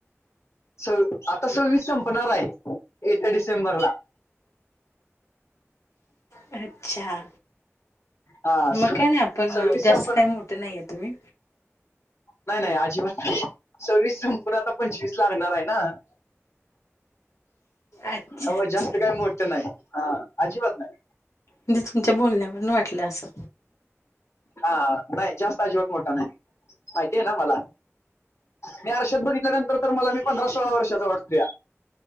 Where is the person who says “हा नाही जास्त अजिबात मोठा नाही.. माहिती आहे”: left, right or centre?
Left